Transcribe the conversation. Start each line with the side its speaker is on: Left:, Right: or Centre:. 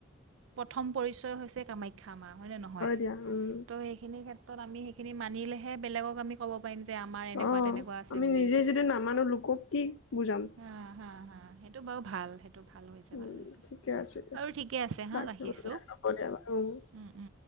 Right: প্ৰথম পৰিচয় হৈছে কামা খ্যা মা হয় নে নহয়
Left: দিয়া উম
Right: ত' সেইখিনি ক্ষেত্ৰত আমি সেইখিনি মানিলেহে বেলেগক আমি ক'ব পাৰিম যে আমাৰ এনেকুৱা
Left: অ
Right: তেনেকুৱা আছে
Left: আমি
Right: বুলি।
Left: নিজে যদি নামানো লোকক কি বুজাম।
Right: উম হা হা হা সেইটো বাৰু ভাল সেই টো ভাল হৈছে
Left: উম
Right: ভাল হৈছে
Left: ঠিকে আছে দিয়া
Right: বাৰু ঠিকে আছে
Left: বাকী
Right: হা ৰাখিছো
Left: হ'ব দিয়া বাৰু
Right: উম। উম।